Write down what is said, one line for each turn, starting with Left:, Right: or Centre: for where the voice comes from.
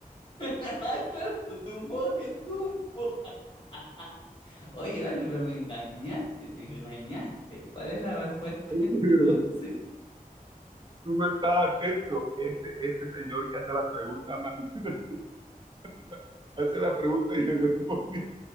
Left: Ah, claro, Dumbo es Dumbo. <laughs> Oye, vale, pero me engañaste, me engañaste. ¿Cuál es la respuesta
Right: <laughs> Oye,
Left: entonces?
Right: pero tú no estás atento. Este, este señor que hace las preguntas, más- <laughs> hace la, hace la pregunta y le respondí,